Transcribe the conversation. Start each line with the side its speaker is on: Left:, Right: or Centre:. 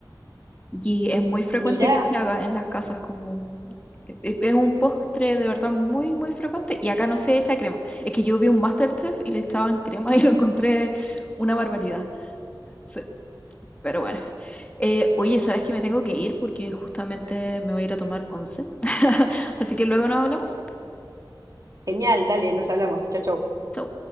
Left: Y es muy frecuente
Right: Mirá,
Left: que se haga en las casas como... e- e- Es un postre de verdad muy, muy frecuente y acá no se echa crema. Es que yo vi un MasterChef y le echaban crema <laughs> y lo encontré una barbaridad. Sí, pero bueno. Eh, oye, ¿sabes que me tengo que ir porque justamente me voy a ir a tomar once? <laughs> Así que luego nos hablamos.
Right: genial, dale, nos hablamos. Chau, chau.
Left: Chau.